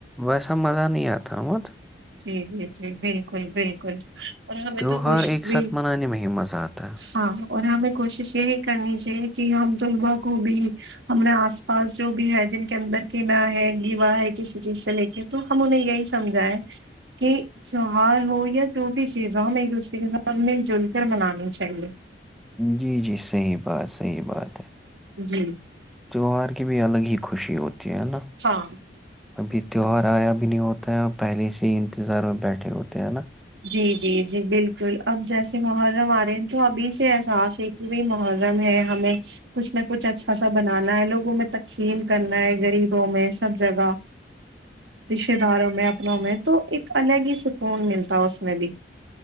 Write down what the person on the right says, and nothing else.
جی جی جی بالکل بالکل اور ہمیں
تو کوشش
بھی
ہاں اور ہمیں کوشش یہی کرنی چاہیے کہ ہم طلبا کو بھی ہم نے آس پاس جو بھی ہے جن کے اندر کینا ہے گیوا ہے کسی چیز سے لے کے تو ہم انہیں یہی سمجھا ہے کہ تیوار ہو یا جو بھی چیز ہو ہم ایک دوسرے کے ساتھ مل جل کر منانی چاہیے
جی
ہاں
جی جی جی بالکل اب جیسے محرم آ رہے ہیں تو ابھی سے احساس ہے کہ وہی محرم ہے ہمیں کچھ نہ کچھ اچھا سا بنانا ہے لوگوں میں تقسیم کرنا ہے غریبوں میں سب جگہ رشہ داروں میں اپنوں میں تو ایک الگ ہی سکون ملتا تھا اس میں بھی